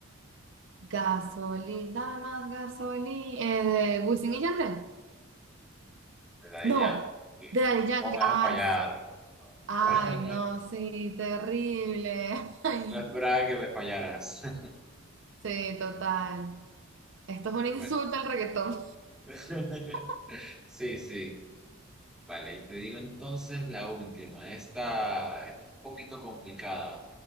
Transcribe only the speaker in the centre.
¿verdad?
Y ya, y,
¿cómo me vas
a fallar?
<laughs>
No esperaba que me fallaras. <laughs>
Bueno,
<laughs>
sí, sí, vale. Y te digo entonces la última. Esta es un poquito complicada.